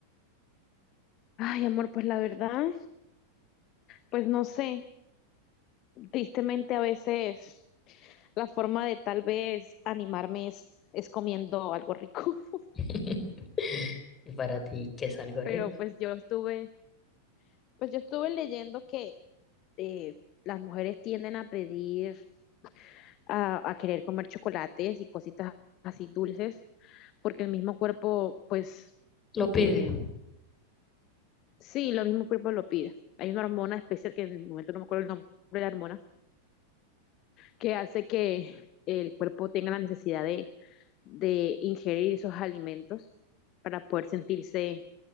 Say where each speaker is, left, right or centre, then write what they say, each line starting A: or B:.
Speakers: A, on the left; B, on the left.
A: Ay, amor, pues la verdad, pues no sé, tristemente a veces la forma de tal vez animarme es, es comiendo algo rico, <laughs>
B: <laughs> Y para ti, qué es algo
A: pero
B: rico?
A: pues yo estuve, pues yo estuve leyendo que eh, las mujeres tienden a pedir, a, a querer comer chocolates y cositas así dulces, porque el mismo cuerpo, pues,
B: Lo pide.
A: eh, sí, lo mismo cuerpo lo pide. Hay una hormona especial que en el momento no me acuerdo el nombre de la hormona, que hace que el cuerpo tenga la necesidad de, de ingerir esos alimentos para poder sentirse